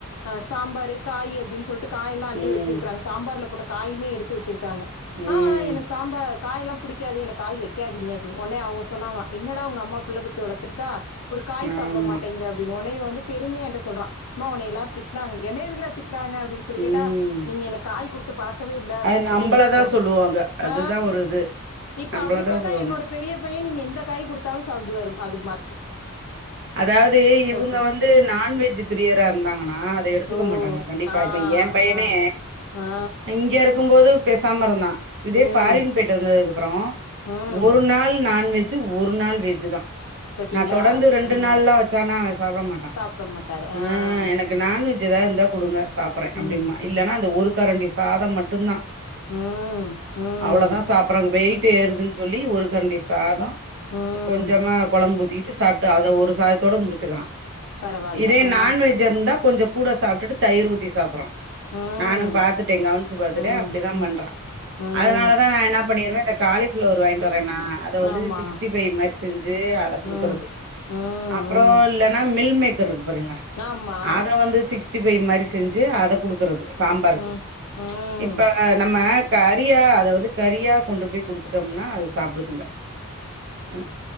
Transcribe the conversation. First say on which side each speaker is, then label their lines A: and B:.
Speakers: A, on the left; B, on the right.
A: அ சாம்பாரு காய் அப்டின்னு சொல்லிட்டு காயெல்லா அள்ளி
B: ம்
A: வச் சாம்பார்ல போட்ட காயுமே எடுத்து வச்சிருக்காங்க ஆ
B: ம்
A: எனக்கு சாம்பார் காய்யெல்லா புடிக்காது எனக்கு காய் வைக்காதீங்க அப்டின்னு ஒனே அவங்க சொன்னாங்கள என்னடா உங்க அம்மா புள்ள பெத்து வளர்த்துக்கா ஒரு காய்
B: ஆமா
A: சாப்ட மாட்டேங்கிற அப்டினு உனய வந்து பெருமைய ஏங்கிட்ட சொல்றா உம்மா உனய எல்லாரு திட்டினாங்க என்ன எதுகுட‌திட் றாங்க அப்படின்னு சொல்ல
B: ம்
A: கேட்டா நீங்க எனக்கு காய் கொடுத்து பழக்க க்கவே இல்ல அப்டின்னு
B: அது
A: சொல்லி
B: நம்பளதா
A: எனன திட்டுறாங்க
B: சொல்லுவாங்க அதுதா
A: ஆ
B: ஒரு இது
A: இப்ப
B: நம்பளதா
A: அப்டி பாத்தா
B: சொல்லுவாங்க
A: என்னோட பெரிய பைய நீங்க எந்த காய் கொடுத்தாலு சாப்டுவாரு அது ம
B: அதாவது இவங்க
A: சரி
B: வந்து நான்வெஜ் பிரியரா இருந்தாங்கன்னா அத எடுத்துக்க
A: ஓ
B: மாட்டாங்க கண்டிப்பா
A: ஆ
B: ப்ப ஏ பையனே
A: ஆ ஆ
B: இங்க இருக்கும்போது பேசாம இருந் தா இதே
A: ம்
B: பாரின் போய்யிட்டு வந்ததுக்கு அப்றோ
A: ம்
B: ஒரு நாள் நான்வெஜ் ஒரு நாள் வெஜ் தா
A: பார்த்தீங்களா
B: நா தொடர்ந்து ரெண்டு
A: ம்
B: நாள்ல்லா வச்சனா அவ சாப்ட மாட்டா
A: சாப்பிட மாட்டார்
B: ஆ எனக்கு
A: ம்
B: நான்வெஜ் ஏதா இருந்தா குடுங்க சாப்றே அப்படிமா
A: ம்
B: இல்லைன்னா
A: ம்
B: அந்த ஒரு கரண்டி சாதம் மட்டுதா
A: ம் ம்
B: அவ்ளோதா சாப்பறாங்க வெயிட் ஏறுதுன்னு சொல்லி ஒரு கண்டி சாதோ
A: ம்
B: கொஞ்சமா ககொழம்பு உத்திக்கிட்டு சாப்ட்டு அத ஒரு சாதத்தோட முடிச்சுக்குறா
A: பரவாயில்ல
B: இதே
A: ஆ
B: நான்வெஜ் இருந்தா கொஞ்சோ கூட சாப்ட்டுட்டு தயிர் ஊத்தி சாப்புறா
A: ம்
B: நானு பாத்துட்டே கவ்னிச்சு பாத்துட்டே
A: ம்
B: அப்டிதா
A: ம்
B: பண்றா
A: ம்
B: அதனாலதா நா என்னா பண்ணிருவே இந்த காலி பிளவர் வாங்கிட்டு வரேனா அத வந்து
A: ஆமாம்
B: சிக்ஸ்டி ஃபைவ் மாரி செஞ்சு அத குடுக்குறது
A: ம் ம் ம்
B: அப்றோ இல்லன்னா மில் மேக்கர் இருக்கு பாருங்க
A: ஆமாம்
B: அத வந்து சிக்ஸ் டி ஃபைவ் மாரி செஞ்சு அத குடுக்கறது சாம்பாருக்கு
A: ம் ம்
B: இப்ப நம்ம கறியா அத வந்து கறியா கொண்டு போய் குடுத்துட் டோம்னா அது சாப்டுதுங்க ம்